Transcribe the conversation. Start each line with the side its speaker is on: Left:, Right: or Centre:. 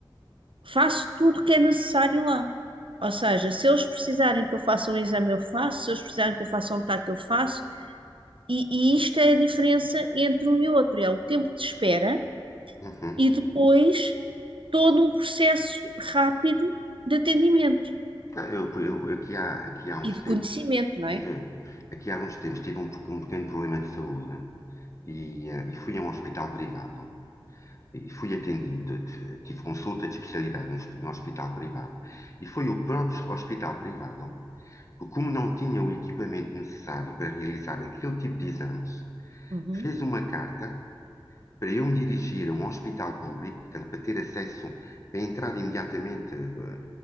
Right: Faço tudo o que é necessário lá. Ou seja, se eles precisarem que eu faça um exame, eu faço, se eles precisarem que eu faça um TAC, eu faço. E, e isto é a diferença entre um e outro, é o tempo de espera
Left: uhum.
Right: e depois todo um processo rápido de atendimento
Left: Eu, eu aqui, há, aqui há uns
Right: e de
Left: tempos
Right: conhecimento, não
Left: tive,
Right: é?
Left: aqui há uns tempos tive um, um pequeno problema de saúde e, eh, e fui a um hospital privado e fui atendido, tive consulta de especialidade no, no hospital privado. E foi o próprio hospital privado que, como não tinha o equipamento necessário para realizar aquele tipo de exames,
Right: Uhum.
Left: fez uma carta para eu me dirigir a um hospital público, portanto, para ter acesso, para entrar imediatamente. eh,